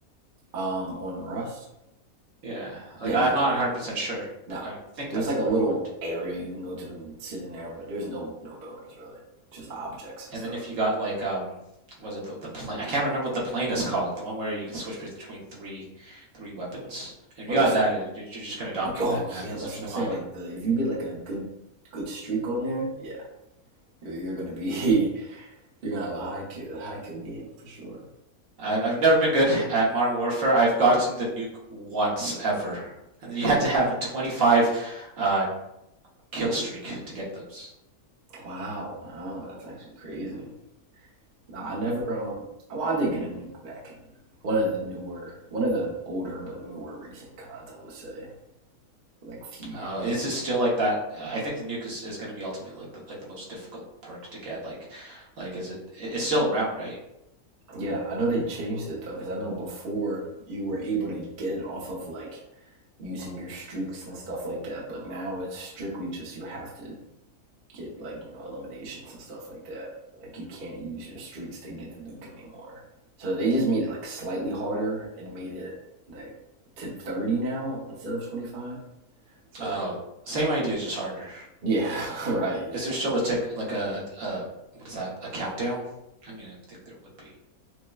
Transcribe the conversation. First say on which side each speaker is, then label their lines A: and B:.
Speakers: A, on the right (about 45°); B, on the right (about 60°).
A: Um, on Rust?
B: Yeah, like
A: Yeah,
B: I'm
A: no,
B: not 100% sure,
A: no.
B: but I think
A: There's
B: that's
A: like a little
B: how it went.
A: area you can go to and sit in there, but there's no no buildings really. Just objects and
B: And
A: stuff.
B: then if you got like um what was it the, the plane? I can't remember what the plane is called. The one where you can switch between three three weapons. And if
A: Oh,
B: you
A: there's.
B: got that, it, you're just going to dominate
A: Oh
B: that map
A: yeah,
B: because
A: that's
B: there's
A: what
B: no
A: I'm saying.
B: hiding.
A: Like the if you get like a good good streak on there, yeah, you're, you're gonna be <laughs> you're gonna have a high kill a high kill game for sure.
B: I, I've never been good at Modern Warfare. I've gotten the nuke once ever, and then you had to have a 25 uh, kill streak to get those.
A: Wow, wow, that's actually crazy. No, I never
B: But
A: um. Well, I did get a nuke back in one of the newer, one of the older but newer recent CODs. I would say like few years
B: Uh, is it still like that? I think the nuke is, is going to be ultimately like the, like the most difficult perk to get. Like, like is it? It's still around, right?
A: Yeah, I know they changed it though, because I know before you were able to get it off of like using your streaks and stuff like that, but now it's strictly just you have to get like, you know, eliminations and stuff like that. Like you can't use your streaks to get the nuke anymore. So they just made it like slightly harder and made it like to 30 now instead of 25. So
B: Uh, same idea, just harder.
A: yeah, <laughs> right, yeah.
B: Is there still a tick like a, a what is that? A countdown? I mean, I think there would be.